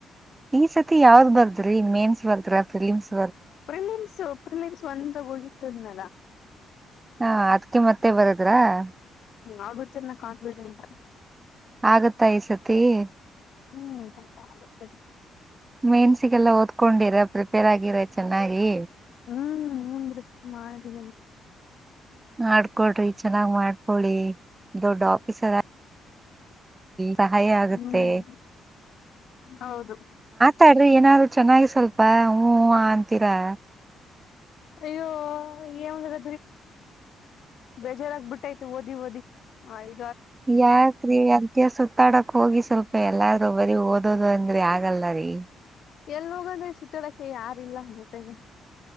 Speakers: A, on the right; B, on the left.
A: ಈ ಸತಿ ಯಾವ್ದ್ ಬರ್ದ್ರಿ ಮೇನ್ಸ್ ಬರ್ದ್ರ ಫಿಲಿಮ್ಸ್ <unintelligible>
B: ಪ್ರಿಲಿಮ್ಸ್ ಪ್ರಿಲಿಮ್ಸ್ ಒಂದ ಹೋಗಿತ್ತುದ್ನಲ್ಲ <unintelligible>
A: ಹಾ ಅದಕ್ಕೆ ಮತ್ತೆ ಬರದ್ರ <unintelligible>
B: ಆಗತ್ತ ಅನ ಕಾಣಫಿಡೆನ್ಸ್ <unintelligible>
A: ಆಗತ್ತಾ ಈ ಸತಿ <unintelligible>
B: ಹ್ಮ್ ಪಕ್ಕ ಆಗುತ್ತೆ <unintelligible>
A: ಮೇನ್ಸಿಗೆಲ್ಲ ಓದ್ಕೊಂಡಿರ ಪ್ರಿಪೇರ್ ಆಗಿರ ಚೆನ್ನಾಗಿ
B: ಹ್ಮ್ ಹಂದ ಮಾಡಿದ್ದನೆ
A: ಆಡ್ಕೊಳ್ರಿ ಚೆನ್ನಾಗ್ ಮಾಡ್ಕೊಳಿ ದೊಡ್ ಆಫೀಸ್ ಅದ ಸಹಾಯ ಆಗುತ್ತೆತ್
B: ಹ್ಮ್ ಹೌದು
A: ತಾಡ್ರಿ ಏನಾದ್ರು ಚೆನ್ನಾಗಿ ಸ್ವಲ್ಪ ಹೂಞ ಅಂತೀರಾ
B: ಅಯ್ಯೋ ಏಂದ ಬೇಜಾರಾಗಬಿಟ್ಟೈತಿ ಓದಿ ಓದಿ ಆಯ್
A: ಯಾಕ್ರೀ ಯಾರ್ಕ ಸುತ್ತಾಡಕ್ ಹೋಗಿ ಸ್ವಲ್ಪ ಎಲ್ಲಾರೂ ಬರಿ ಓದೋದು ಅಂದ್ರೆ ಆಗಲ್ಲರಿೀ
B: ಎಲ್ಲಿ ಹೋಗದ್ರೆ ಸುತ್ತಡಕ್ಕೆ ಯಾರಿಲ್ಲ ಅಂದ ತಗ